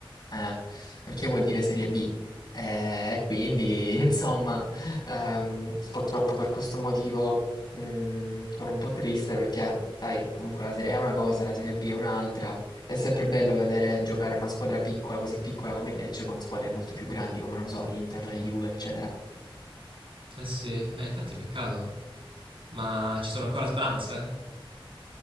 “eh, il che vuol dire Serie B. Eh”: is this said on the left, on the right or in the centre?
Left